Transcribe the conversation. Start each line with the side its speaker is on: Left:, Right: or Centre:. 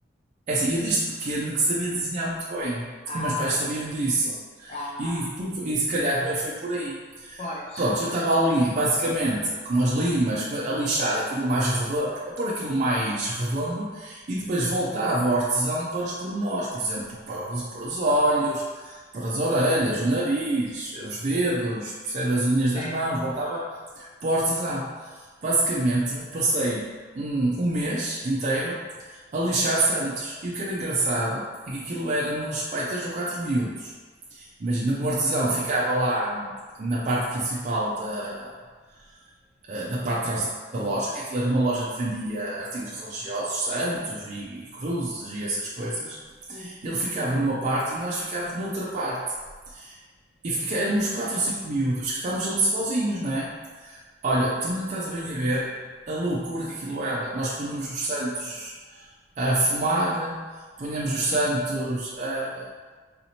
Right: é assim, eu desde pequeno que sabia desenhar muito bem.
Left: Ah,
Right: E meus pais sabiam disso.
Left: ah,
Right: E, por- e se calhar foi por aí.
Left: pois.
Right: Pronto, eu estava ali, basicamente, com as limas, com- a lixar aquilo mais redondo, a pôr aquilo mais redondo e depois voltava ao artesão para os pormenores, por exemplo, para os, para os olhos, para as orelhas, o nariz, os dedos, percebe as unhas das
Left: É.
Right: mãos, voltava para o artesão. Basicamente, passei um, um mês inteiro a lixar santos. E o que era engraçado é que aquilo éramos, pai, três ou quatro miúdos. Imagina, um artesão ficava lá hum, na parte principal da, eh, da parte de trás da loja, que aquilo era uma loja que vendia artigos religiosos, santos e, e cruzes e essas coisas.
Left: Uhum.
Right: Ele ficava numa parte e nós ficávamos noutra parte. E fica, éramos quatro ou cinco miúdos que estávamos ali sozinhos, não é? Olha, tu não estás bem a ver a loucura que aquilo era. Nós punhamos os santos a fumar, punhamos os santos a,